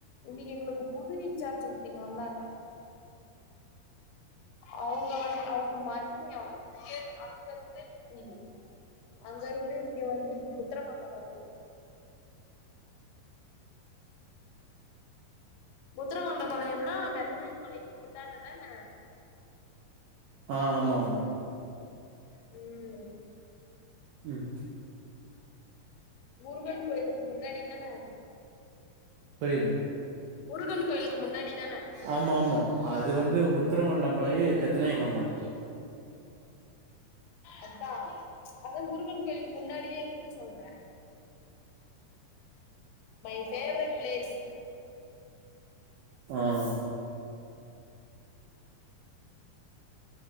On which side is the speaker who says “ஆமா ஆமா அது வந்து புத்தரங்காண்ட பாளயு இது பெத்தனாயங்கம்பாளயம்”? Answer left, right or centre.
Right